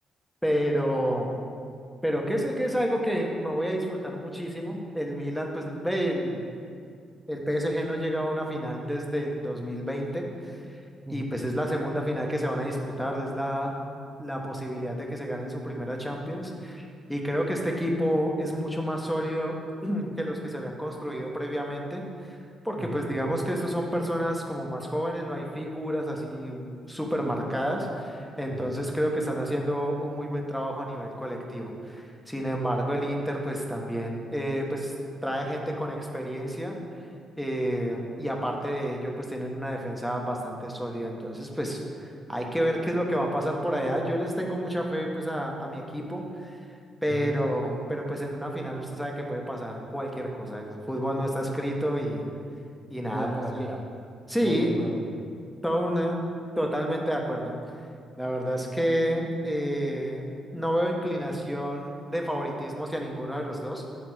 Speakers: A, in the centre; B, on the right (about 15°).
A: pero, pero que sé que es algo que me voy a disfrutar muchísimo. El Milan, pues, ve, el, el PSG no llega a una final desde el 2020
B: Ujú,
A: y pues es la segunda final que se van a disputar, es la, la posibilidad de que se ganen su primera Champions. Y creo que este equipo es mucho más sólido <clears throat> que los que se habían construido previamente, porque
B: ujú,
A: pues digamos que estos son personas como más jóvenes, no hay figuras así um, súper marcadas, entonces
B: sí,
A: creo que están haciendo un muy buen trabajo a nivel colectivo. Sin embargo, el Inter pues también eh, pues trae gente con experiencia eh, y aparte de ello pues tienen una defensa bastante sólida, entonces pues hay que ver qué es lo que va a pasar por allá. Yo les tengo mucha fe pues a, a mi equipo pero,
B: ujú.
A: pero pues en una final usted sabe que puede pasar cualquier cosa. El fútbol no está escrito y, y nada,
B: Puede ganar
A: pues
B: cualquiera,
A: ya. Sí,
B: realmente puede ganar cualquiera.
A: todo una- totalmente de acuerdo. La verdad es que eh, no veo inclinación de favoritismo hacia ninguno de los dos,